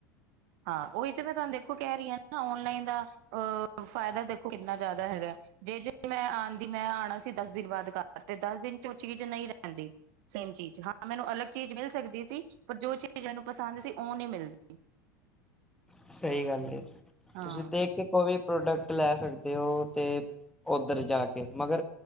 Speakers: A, on the right; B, in the centre.
A: ਹਾਂ ਓਈ ਤੇ ਮੈਂ ਤਾਨੂੰ ਦੇਖੋ ਕੈ ਰੀ ਆਂ। ਔਨਲਾਈਨ ਦਾ ਅਹ ਫੈਦਾ ਦੇਖੋ ਕਿੰਨਾ ਜਾਦਾ ਹੈਗੈ। ਜੇ ਜੇ ਮੈਂ ਆਦੀ ਮੈਂ ਆਣਾ ਸੀ ਦਸ ਦਿਨ ਬਾਦ ਘਾਰ, ਤੇ ਦਸ ਦਿਨ ਚ ਓ ਚੀਜ਼ ਨਈ ਰੈਂਦੀ। ਸੇਮ ਚੀਜ਼ ਹਾਂ ਮੈਨੂੰ ਅਲੱਗ ਚੀਜ਼ ਮਿਲ ਸਕਦੀ ਸੀ, ਪਰ ਜੋ ਚੀਜ਼ ਮੈਨੂੰ ਪਸੰਦ ਸੀ ਓ ਨੀ ਮਿਲਦੀ।
B: ਸਈ ਗੱਲ ਏ,
A: ਹਾਂ
B: ਤੁਸੀਂ ਦੇਖ ਕੇ ਓ ਵੀ ਪ੍ਰੋਡਕਟ ਲੈ ਸਕਦੇ ਓ ਤੇ, ਓਧਰ ਜਾ ਕੇ ਮਗਰ